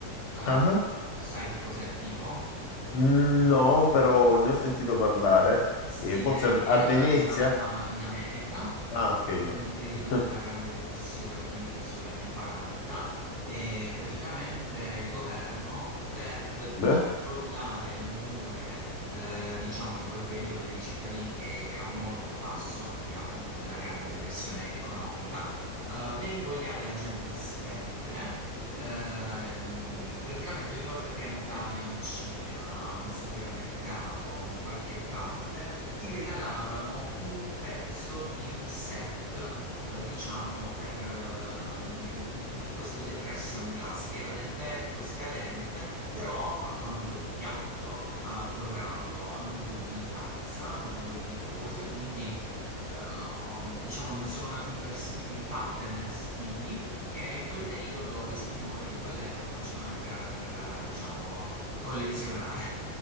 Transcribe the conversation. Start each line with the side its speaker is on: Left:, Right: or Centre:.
Right: Eh,
Left: Ah,
Right: sai che cos'è tipo?
Left: no, però ne ho sentito parlare.
Right: Sì,
Left: E forse
Right: è
Left: a
Right: praticamente
Left: a Venezia?
Right: una cosa nata in America
Left: Ah, ok,
Right: nel
Left: no.
Right: periodo
Left: <laughs>
Right: della Grande Depressione, quindi verso gli anni 40, e praticamente il governo per
Left: Beh?
Right: controllare l'umore, eh, diciamo, di quel periodo dei cittadini che era molto basso per via appunto della Grande Depressione economica, eh, per invogliare la gente a spendere. ehm, praticamente ogni volta che andavi a un cinema, a un supermercato, a un qualche parte, ti regalavano un pezzo di un set, eh, diciamo, per, eh, di, di questo depression glass, che era del vetro scadente, però fatto a modo di piatto, ah, colorato, a modo di tazza, a modo di cosa, e quindi, eh, diciamo, ne sono nati diversi tipi di pattern e stili. Che in quel periodo le signore di quell'epoca facevano a gara per, eh, diciamo, collezionare.